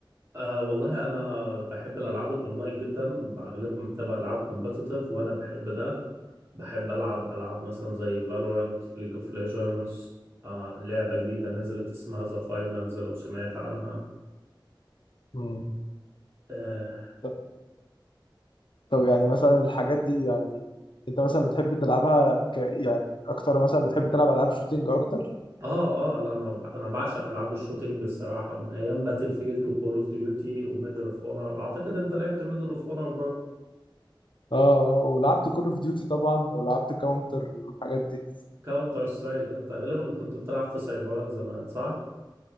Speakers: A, on the right (about 30°); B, on the left (about 70°).
A: آه والله انا بحب الالعاب الاونلاين جدا اغلبها بتبقى العاب كومبتيتيف وانا بحب ده بحب العب العاب مثلا زي فالورانت ليج اوف ليجندز آه لعبة جديدة نزلت اسمها ذا فاينلز لو سمعت عنها
B: مم.
A: اه
B: ط- طب يعني مثلا الحاجات دي يعني انت مثلا بتحب تلعبها ك يعني اكتر مثلا بتحب تلعب العاب شوتينج اكتر
A: اه, آه انا انا بعشق العاب الشوتينج الصراحة من ايام باتل فيلد وكول اوف ديوتي وميدل اوف اونر اعتقد انت لعبت ميدل اوف اونر
B: اه اه ولعبت كول اوف ديوتي طبعا ولعبت كاونتر والحاجات دي
A: كاونتر سترايك انت غالبا كنت بتلعب في سايبرات زمان صح؟